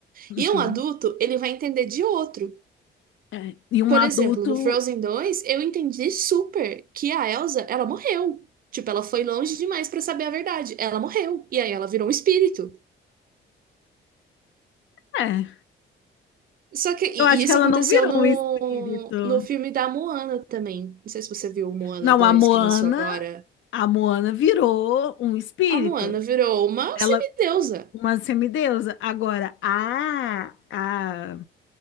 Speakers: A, on the left (about 75°); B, on the right (about 45°).
A: uhum,
B: E um adulto, ele vai entender de outro.
A: é, e um
B: Por
A: adulto,
B: exemplo, no Frozen dois eu entendi super que a Elsa, ela morreu. Tipo, ela foi longe demais pra saber a verdade. Ela morreu. E aí ela virou um espírito.
A: é,
B: Só que e
A: eu acho
B: isso
A: que ela
B: aconteceu
A: não virou
B: no,
A: um espírito.
B: no filme da Moana também. Não sei se você viu o Moana
A: Não,
B: dois
A: a Moana,
B: que lançou agora.
A: a Moana virou um espírito.
B: A Moana virou uma
A: Ela,
B: semideusa,
A: uma semideusa. Agora, a, a,